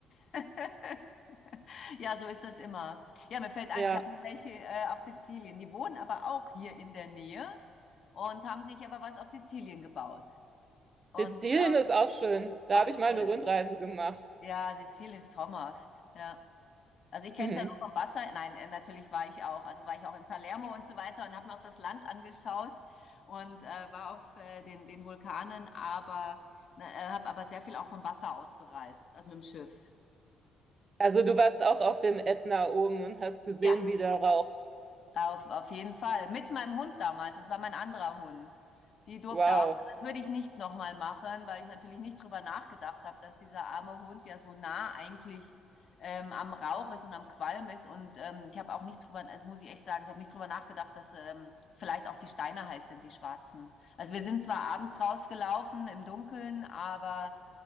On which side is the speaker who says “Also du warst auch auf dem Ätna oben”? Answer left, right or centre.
Right